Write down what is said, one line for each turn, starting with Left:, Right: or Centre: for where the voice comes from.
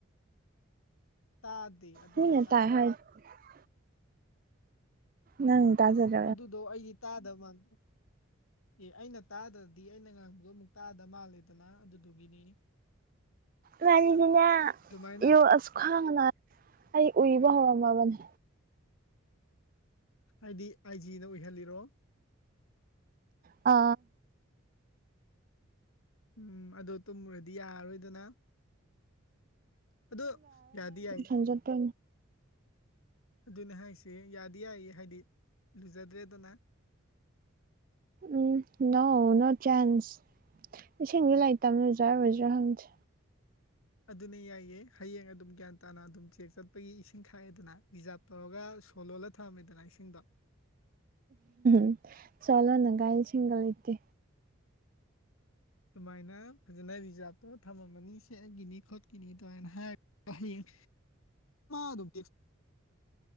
Left: ꯇꯥꯗꯦ ꯑꯗꯣ
Right: ꯃꯤꯅ
Left: ꯑꯩ ꯇꯥꯗꯕ
Right: <inaudible> ꯅꯪ ꯇꯖꯔꯗꯔ
Left: ꯑꯗꯨꯗꯣ ꯑꯩꯗꯤ ꯇꯥꯗꯕꯗ ꯑꯦ ꯑꯩꯅ ꯇꯥꯗ꯭ꯔꯗꯤ ꯑꯩꯅ ꯉꯥꯡꯕꯗꯣ ꯑꯃꯨꯛ ꯇꯥꯗ ꯃꯥꯜꯂꯦꯗꯅ ꯑꯗꯨꯗꯨꯒꯤꯅꯤ꯫
Right: ꯔꯅꯤꯅ
Left: ꯑꯗꯨꯃꯥꯏꯅ
Right: ꯏꯣ ꯑꯁꯈꯥꯡ ꯑꯩ ꯎꯏꯕ ꯍ ꯃꯥꯕꯅꯦ
Left: ꯍꯥꯏꯗꯤ ꯑꯥꯏꯖꯤꯅ ꯑꯣꯏꯍꯜꯂꯤꯔꯣ
Right: ꯑ
Left: ꯎꯝ ꯑꯗꯣ ꯇꯨꯝꯃꯨꯔꯗꯤ ꯌꯥꯔꯔꯣꯏꯗꯅ ꯑꯗꯣ ꯙꯏ
Right: ꯍꯖꯠꯇ
Left: ꯑꯗꯨꯅꯦ ꯍꯥꯏꯁꯦ ꯌꯥꯗꯤ ꯌꯥꯏ ꯍꯥꯏꯗꯤ ꯂꯨꯖꯗ꯭ꯔꯦꯗꯅ
Right: ꯎꯝ ꯅꯣ ꯅꯣ ꯆꯥꯟꯁ ꯏꯁꯤꯡꯗꯤ ꯂꯥꯏꯔꯤꯛ ꯇꯝꯅ ꯆꯥꯔꯨꯣꯏꯁꯨꯥ ꯍꯪꯗꯦ
Left: ꯑꯗꯨꯅꯦ ꯌꯥꯏꯌꯦ ꯍꯌꯦꯡ ꯑꯗꯨꯝ ꯒ꯭ꯌꯥꯟ ꯇꯥꯅ ꯑꯗꯨꯝ ꯆꯦꯛ ꯆꯠꯄꯒꯤ ꯏꯁꯤꯡ ꯈꯥꯏꯑꯦꯗꯅ ꯔꯤꯖꯥꯕ ꯇꯧꯔꯒ ꯁꯣꯂꯣꯂ ꯊꯝꯃꯦꯗꯅ ꯏꯁꯤꯡꯗꯣ
Right: ꯝ ꯆꯂꯅ ꯥꯏꯜ ꯁꯤꯒꯜꯇꯦ
Left: ꯑꯗꯨꯃꯥꯏꯅ ꯐꯖꯅ ꯔꯤꯖꯥꯕꯇꯣ ꯊꯝꯃꯝꯃꯅꯤ ꯁꯦꯒꯤꯅꯤ ꯈꯣꯠ ꯀꯤꯅꯤ ꯇꯧꯅ ꯍꯥꯏꯔ ꯍꯌꯦꯡ ꯑꯗꯨꯝ